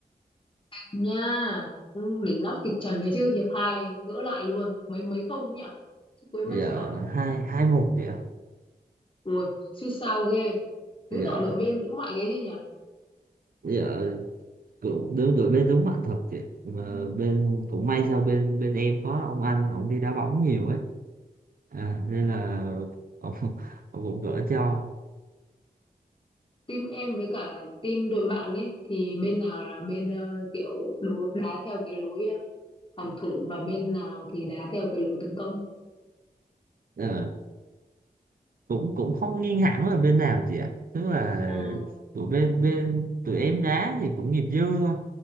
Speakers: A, on the left; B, on the right.
A: nha ừ, đỉnh nóc kịch trần đấy chứ hiệp hai gỡ lại luôn mấy mấy không ấy nhỉ Chứ quên
B: giờ
A: mất chưa hỏi
B: hai hai một chị ạ
A: ui suýt sao ghê
B: dạ
A: chứng tỏ đội bên cũng mạnh ấy chứ nhỉ
B: dạ, cũng đứng đội bên đúng bạn thật chị mà bên cũng may sao bên bên em có ông anh ông đi đá bóng nhiều ấy à, nên là ông, <laughs> ông cũng gỡ cho
A: team em với cả team đội bạn ấy thì bên nào là bên ờ, kiểu đố- đá theo cái lối ờ, phòng thủ và bên nào thì đá theo cái lối tấn công
B: Ờ, cũng cũng không nghiêng hẳn là bên nào chị ạ tức là
A: Ừ.
B: tụi bên bên tụi em đá thì cũng nghiệp dư thôi